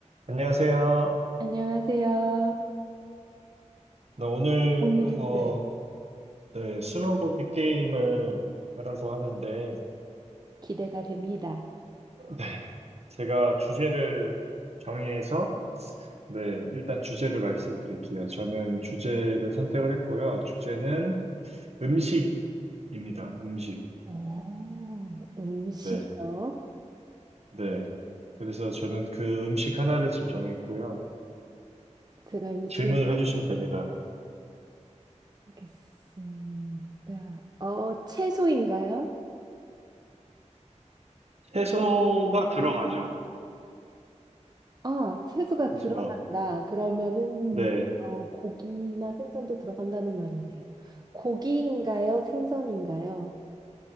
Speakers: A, on the right; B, on the right.
A: 안녕하세요.
B: 안녕하세요.
A: 나 오늘
B: 오늘은
A: 어,
B: 네.
A: 네, 스무고개 게임을 하려고 하는데
B: 기대가 됩니다.
A: 네, 제가 주제를 정해서 네, 일단 주제를 말씀드릴게요. 저는 주제를 선택을 했고요. 주제는 음식입니다. 음식.
B: 어, 음식이요?
A: 네. 네. 그래서 저는 그 음식 하나를 지금 정했고요.
B: 제가 이제
A: 질문을 해주시면 됩니다.
B: 질문하겠습니다. 어, 채소인가요?
A: 채소가 들어가죠.
B: 아, 채소가
A: 채소가.
B: 들어간다. 그러면은
A: 네.
B: 어, 고기나 생선도 들어간다는 말이네요. 고기인가요? 생선인가요?